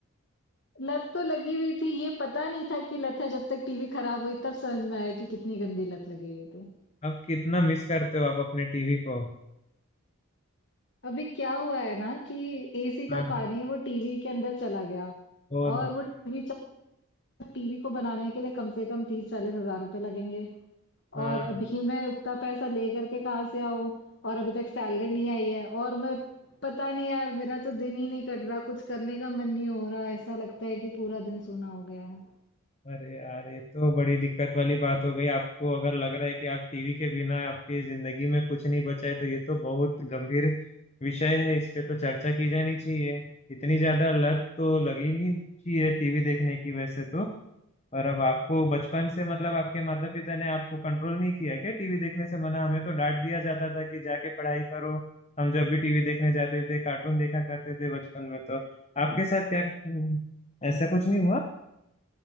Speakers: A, on the left; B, on the left.
A: लत तो लगी हुई थी ये पता नहीं था कि लत है जब तक टीवी खराब हुई तब समझ में आया कि कितनी गंदी लत लगी हुई थी
B: अब कितना मिस करते हो आप अपने टीवी को
A: अभी क्या हुआ है ना कि एसी
B: हाँ
A: का पानी वो टीवी के अंदर चला गया
B: फोन
A: और
B: में।
A: वो टीवी टीवी को बनाने के लिए कम से कम तीस चालीस हजार रुपए लगेंगे
B: हाँ
A: और अभी मैं उतना पैसा लेकर के कहाँ से आऊं और अभी तक सैलरी नहीं आई है और मैं पता नहीं यार मेरा तो दिन ही नहीं कट रहा कुछ करने का मन नहीं हो रहा ऐसा लगता है कि पूरा दिन सूना हो गया है
B: अरे यार ये तो बड़ी दिक्कत वाली बात हो गई आपको अगर लग रहा है कि आप टीवी के बिना आपकी जिंदगी में कुछ नहीं बचा है तो ये तो बहुत गंभीर विषय है इस पे तो चर्चा की जानी चाहिए इतनी ज्यादा लत तो लगी नहीं चाहिए टीवी देखने की वैसे तो पर अब आपको बचपन से मतलब आपके माता पिता ने आपको कंट्रोल नहीं किया क्या टीवी देखने से मना हमें तो डांट दिया जाता था कि जाके पढ़ाई करो हम जब भी टीवी देखने जाते थे कार्टून देखा करते थे बचपन में तो आपके साथ क्या ऐसा कुछ नहीं हुआ